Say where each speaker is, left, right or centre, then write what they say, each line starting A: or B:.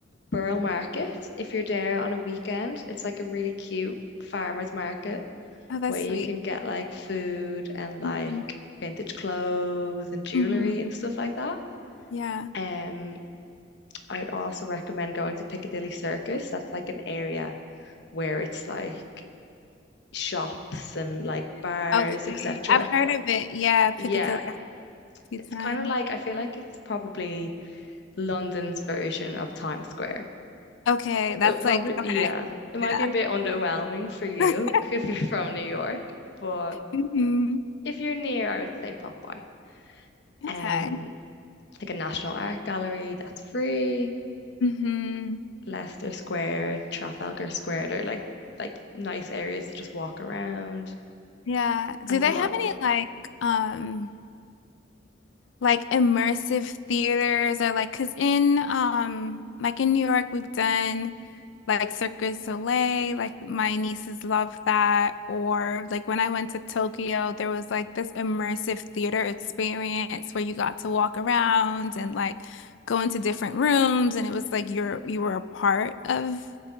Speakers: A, on the left; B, on the left.
A: Borough Market, if you're there on a weekend, it's like a really cute farmers market
B: Oh, that's
A: where you
B: sweet.
A: can get like food and like
B: hmm
A: vintage clothes and jewelry
B: hmm
A: and stuff like that.
B: Yeah.
A: Um, I would also recommend going to Piccadilly Circus. That's like an area where it's like shops and like bars,
B: Okay.
A: etc.
B: I've heard of it. Yeah, Piccadilly
A: Yeah,
B: a few
A: it's
B: times.
A: kind of like I feel like it's probably London's version of Times Square.
B: Okay, that's
A: It'll probably,
B: like, okay.
A: yeah, it might
B: Yeah.
A: be a bit underwhelming for you
B: <laughs>
A: <laughs> if you're from New York, but
B: hmm
A: if you're near, I would say pop by.
B: Okay.
A: Um, like a National Art Gallery that's free,
B: hmm
A: Leicester Square, Trafalgar Square, they're like like nice areas to just walk around.
B: Yeah. Do
A: And
B: they
A: if you want,
B: have any like um like immersive theaters or like because in um like in New York we've done like Cirque du Soleil, like my nieces love that. Or like when I went to Tokyo, there was like this immersive theater experience where you got to walk around and like go into different rooms and it was like you're you were a part of